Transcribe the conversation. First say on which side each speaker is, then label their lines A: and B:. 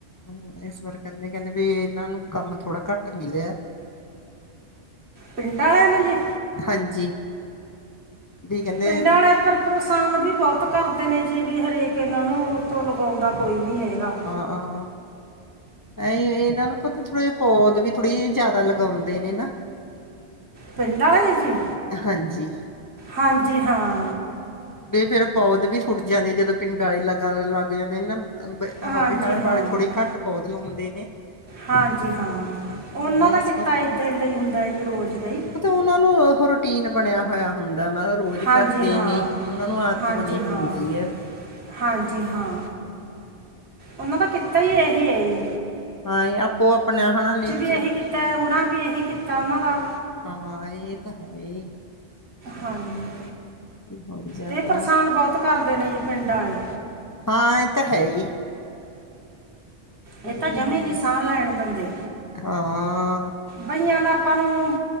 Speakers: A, on the left; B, on the right.
A: ਹਂ। ਇਸ ਵਾਰ ਕੈਂਦੇ, ਕੈਂਦੇ ਵੀ ਇਨ੍ਹਾਂ ਨੂੰ ਕੰਮ ਥੋੜਾ ਘੱਟ ਮਿਲਿਆ।
B: ਪਿੰਡਾਂ ਆਲਿਆਂ ਨੂੰ ਜੀ।
A: ਹਾਂਜੀ। ਵੀ ਕਹਿੰਦੇ
B: ਪਿੰਡਾਂ ਆਲੇ ਪਰ ਪ੍ਰਸ਼ਾਨ ਵੀ ਬੋਤ ਕਰਦੇ ਨੇ ਜੀ ਵੀ ਹਰੇਕ ਇਨ੍ਹਾਂ ਨੂੰ। ਤੋਂ ਲਗਾਉਂਦਾ ਕੋਈ ਨੀਂ ਹੈਗਾ।
A: ਆਂ। ਐ ਇਨ੍ਹਾਂ ਨੂੰ ਪਤਾ ਥੋੜ੍ਹੇ ਪੌਦ ਵੀ ਥੋੜ੍ਹੀ ਜੀ ਜ਼ਿਆਦਾ ਲਗਾਉਂਦੇ ਨੇ ਨਾ।
B: ਪਿੰਡ ਆਲੇ ਜੀ।
A: ਹਾਂਜੀ।
B: ਹਾਂਜੀ ਹਾਂ।
A: ਵੀ ਫੇਰ ਪੌਦ ਵੀ ਫੁੱਟ ਜਾਂਦੇ ਜਦੋਂ ਪਿੰਡਾਂ ਆਲੇ ਲਗਾ ਣੇ ਲੱਗ ਜਾਂਦੇ ਨਾਂ। ਅ ਬ
B: ਹਾਂਜੀ
A: ਆਹੋ ਬਿਹਾਰ
B: ਹਾਂ
A: ਵਾਲੇ ਥੋੜੇ ਘੱਟ ਪੌਧ ਲਾਉਂਦੇ ਨੇ।
B: ਹਾਂਜੀ ਹਾਂ।
A: ਹਾਂ,
B: ਓਨਾਂ ਦਾ
A: ਇਸ
B: ਕਿੱਤਾ ਏਦਾਂ ਇੱਦਾਂ ਈ ਹੁੰਦਾ ਜੀ ਰੋਜ਼ ਦਾ ਈ।
A: ਤੇ ਓਨਾਂ ਨੂੰ ਓਹ ਰੂਟੀਨ ਬਣਿਆ ਹੋਇਆ ਹੁੰਦਾ ਓਨਾਂ ਦਾ। ਰੋਜ਼
B: ਹਾਂਜੀ
A: ਕਰਦੇ
B: ਹਾਂ
A: ਨੇ, ਉਹਨਾਂ ਨੂੰ ਆਦਤ
B: ਹਾਂਜੀ
A: ਬਣੀ ਹੁੰਦੀ
B: ਹਾਂ
A: ਐ।
B: ਹਾਂਜੀ ਹਾਂ। ਓਨਾਂ ਦਾ ਕਿੱਤਾ ਐਹੀ ਐ ਈ।
A: ਹਾਂ ਏ ਆਪੋ-ਆਪਣਾ ਹਾਂ ਨਿੱਚ
B: ਵੀ ਇਹੀ ਕੀਤਾ ਓਨਾਂ ਵੀ ਏਹੀ ਕੀਤਾ ਓਨਾਂ ਦਾ।
A: ਹਾਂ ਏ ਤਾਂ ਹੈ ਈ ਐ।
B: ਹਾਂਜੀ
A: ਹੋਈ ਜਾਂਦਾ
B: ਤੇ ਏ ਪਰਸਾਨ ਬਹੁਤ ਕਰਦੇ ਨੇ ਜੀ ਪਿੰਡ ਆਲ਼ੇ
A: ਹਾਂ ਇਹ ਤਾਂ ਹੈਂ ਈ
B: ਇਹ ਤਾਂ
A: ਵੀ
B: ਜਮੀ
A: ਹੁਣ
B: ਨੀ ਸਾਹ ਲੈਣ ਦਿੰਦੇਂ।
A: ਹਾਂ।
B: ਕਈਆਂ ਦਾ ਆਪਾਂ ਨੂੰ